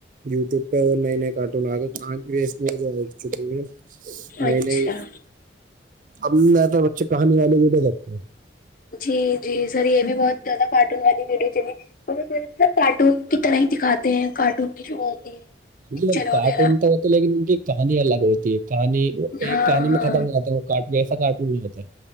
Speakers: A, on the right (about 45°); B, on the left (about 45°).
A: یوٹیوب پہ اور نئے نئے کارٹون آگاں آ چکے ہو نہیں
B: اچھا
A: نہیں اب میں تو بچے کہانی والے یہڈ دیکتے ہوں
B: جی جی سر یہ بھی بہت زیادہ کارٹون والی ویڈیو چلی اور کارٹون کی طرح ہی دکھاتے ہیں کارٹون کی جو ہوتی ہے پکچر
A: جی کارٹون
B: وغیرہ
A: تو ہوتے لیکن ان کی کہانی الگ ہوتی ہے کہانی وہ ایک
B: ہاں
A: کہانی
B: ہاں
A: میں ختم ہو جاتا ہے کاٹ جسا کاٹ بھی ہوتا ہے